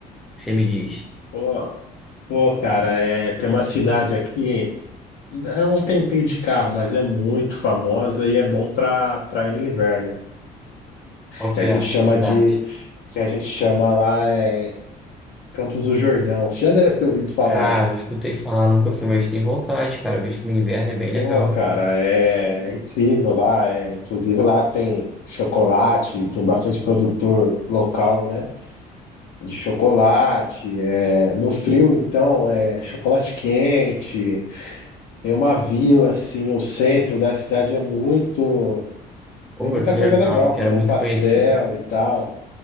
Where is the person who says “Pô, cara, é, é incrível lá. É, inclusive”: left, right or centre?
Left